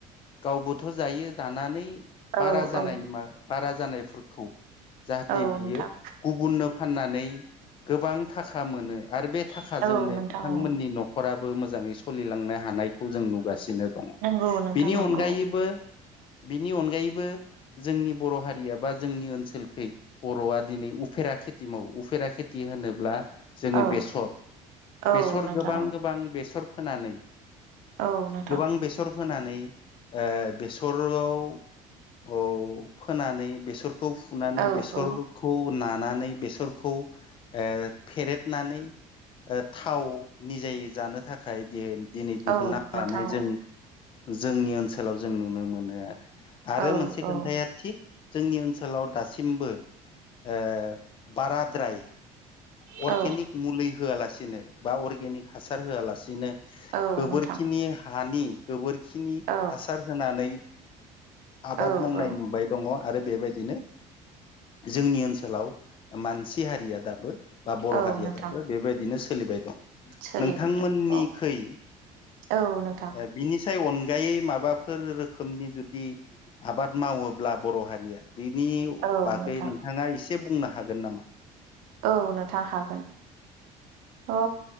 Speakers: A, on the left (about 35°); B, on the right (about 70°).
A: गावबोथ' जायो जानानै
B: औ
A: बारा जानाय
B: औ
A: मा बारा जानायफोरखौ जाहाथे
B: औ
A: बियो
B: नोंथां
A: गुबुननो फाननानै गोबां थाखा मोनो आरो बे थाखाजोंनो
B: औ नोंथां
A: बिथांमोननि
B: औ
A: न'खराबो मो जाङै सोलिलांनो हानायखौ जों नुगासिनो दङ
B: नंगौ नोंथां
A: बिनि
B: नंगौ
A: अनगायैबो बिनि अनगायै बो जोंनि बर' हारिया बा जोंनि ओनसोलखै बर'आ दिनै उफेरा खेथि मावो उफे फेरा खेथि होनोब्ला जोंङो
B: औ
A: बेसर
B: औ
A: बेसर
B: नोंथां
A: गोबां
B: औ
A: गोबां बेसर फोनानै
B: औ नोंथां
A: गोबां बेसर फोनानै ओ बेसराव औ फोनानै बेसरखौ फुनानै
B: औ
A: बेसरखौ
B: औ
A: ना नानै बेसरखौ ओ फेरेदनानै ओ थाव निजायै जानो थाखाय दे दिनै दिहुनना
B: औ नोंथां
A: लानाय
B: औ
A: जों जोंनि ओनसोलाव जों नुनो मोनो आरो आरो
B: औ
A: मोनसे
B: औ
A: खोनथाया थिग जोंनि ओनसोलाव दासिमबो ओ बाराद्राय अर्गेनिक
B: औ
A: मुलि होआलासिनो बा अर्गेनिक हासार होआलासिनो
B: औ
A: गोबोरखिनि
B: नोंथां
A: हानि गोबोरखिनि
B: औ
A: हासार होनानै आबाद
B: औ
A: मावनाय
B: औ
A: नुबाय दङ आरो बेबायदिनो जोंनि ओनसोलाव मानसि हारिया दाबो बा बर'
B: औ
A: हारिया
B: नोंथां
A: दाबो बेबायदिनो सोलिबाय दं ।
B: सोलिबाय
A: नोंथांमोननिखै
B: दं औ औ नोंथां
A: ओ बिनि फिथाइ अनगायै माबाफोर रोखोमनि जुदि आबाद मावोब्ला बर हारिया बिनि
B: औ
A: बागै
B: नोंथां
A: नोंथाङा एसे बुंनो हागोन नामा?
B: औ नोंथां हागोन अ